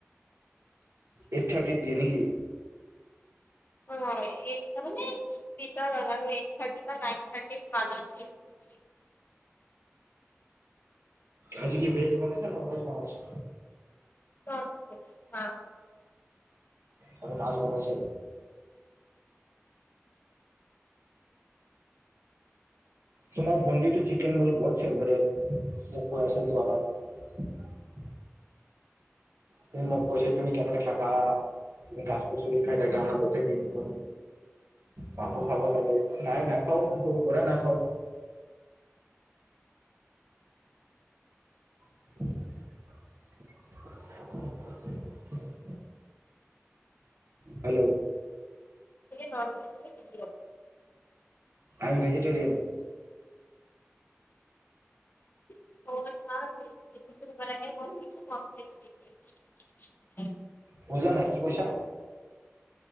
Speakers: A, on the right; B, on the left.
A: এইট থাৰ্টিত দিয়ে নেকি?
B: অ এই <unintelligible> <unintelligible> এইট থাৰ্টি বা নাইন থাৰ্টি মাজত। <unintelligible>
A: আজি কি ভেজ বনাইছে নন-ভেজ বনাইছে?
B: <unintelligible>
A: অ', মাছ বনাইছে? তোমাৰ ভণ্টিটো চিকেন বলে বহুত ফেভৰিট, মোক কৈ আছিল যোৱা কালি। তুমি মোক কৈছা তুমি কেনেকে থাকা, তুমি গাছ পাচলি খাই থাকা গোটেই দিনটো। মাংস খাব লাগে, নাই নাখাও মই সৰুৰ পৰাই নাখাওঁ। <inaudible> হেল্ল'।
B: তুমি নন-ভেজ নেকি বুলো?
A: আইম ভেজিটেৰিয়ান।
B: অ', <unintelligible> লাগে। <unintelligible> <unintelligible>
A: বুজা নাই, কি কৈছা?